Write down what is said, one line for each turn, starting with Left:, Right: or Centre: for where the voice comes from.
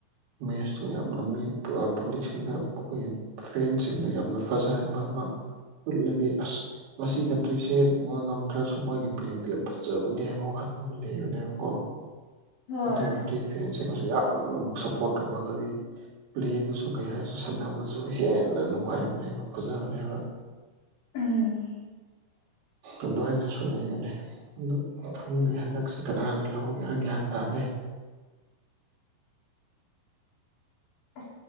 Right: ꯃꯦꯁꯇꯣ ꯌꯥꯝꯅ ꯄꯕ꯭ꯂꯤꯛꯁꯤꯡꯗ ꯃꯈꯣꯏꯒꯤ ꯐꯦꯟꯁꯤꯡꯗ ꯌꯥꯝꯅ ꯐꯖꯍꯟꯕ ꯑꯃ ꯎꯠꯂꯗꯤ ꯑꯁ ꯃꯁꯤ ꯀꯟꯇ꯭ꯔꯤꯁꯦ ꯉꯝꯗ꯭ꯔꯁꯨ ꯃꯣꯏꯒꯤ ꯄ꯭ꯂꯦꯠ ꯌꯥꯝ ꯐꯖꯕꯅꯦ ꯍꯥꯏꯕ ꯋꯥꯈꯜ ꯑꯃ ꯂꯩꯕꯅꯦꯕꯀꯣ
Left: ꯍꯣꯏ
Right: ꯑꯗꯨ ꯑꯣꯏꯔꯗꯤ ꯐꯦꯟꯁꯤꯡꯅꯁꯨ ꯌꯥꯝ ꯑꯃꯨꯛ ꯁꯞꯄꯣꯔꯠ ꯇꯧꯔꯒꯗꯤ ꯄ꯭ꯂꯦꯗꯨꯁꯨ ꯀꯩ ꯍꯥꯏꯁꯨ ꯁꯥꯟꯅꯕꯁꯨ ꯍꯦꯟꯅ ꯅꯨꯡꯉꯥꯏꯕꯅꯦꯕ ꯐꯖꯕꯅꯦꯕ
Left: ꯎꯝ
Right: ꯑꯗꯨꯃꯥꯏꯅꯁꯨ ꯂꯩꯕꯅꯦ ꯑ ꯈꯪꯗꯦ ꯍꯟꯗꯛꯁ ꯀꯅꯥꯅ ꯂꯧꯒꯦꯔꯥ ꯒ꯭ꯌꯥꯟ ꯇꯥꯗꯦ <inaudible>
Left: ꯑ